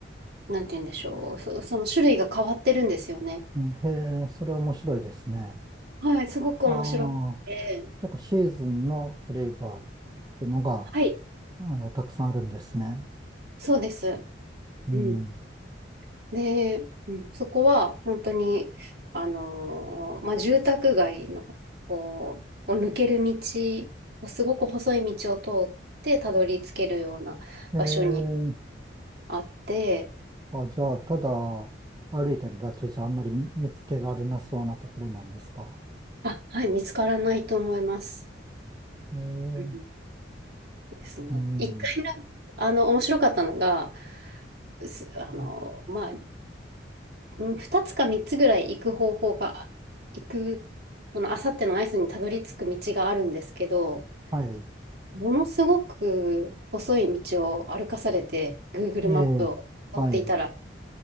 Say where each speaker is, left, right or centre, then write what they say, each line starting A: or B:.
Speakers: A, on the right; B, on the right.
A: なんて言うんでしょう。そ、その種類が変わってるんですよね。
B: うんへえ、それ面白いですね。
A: はい、すごく面白くて。
B: ああ、結構シーズンのフレーバーってのが、
A: はい、
B: あの、たくさんあるんですね。
A: そうです。
B: うん。
A: うん。で、うん、そこは、本当に、あのーまあ、住宅街の、こう、を抜ける道、すごく細い道を通ってたどり着けるような場所に
B: ええ、
A: あって、
B: あ、じゃあ、ただ歩いてるだけじゃあんまり見つけられなそうなところなんですか。
A: あ、はい、見つからないと思います。
B: ええ、
A: うんですね。
B: うん。
A: 一回なんあの、面白かったのが、すあの、まあ、うん二つか三つぐらい行く方法が、行く、その、あさってのアイスにたどり着く道があるんですけど、
B: はい。
A: ものすごく細い道を歩かされて、Google マップを取っていたら、
B: ええ、はい。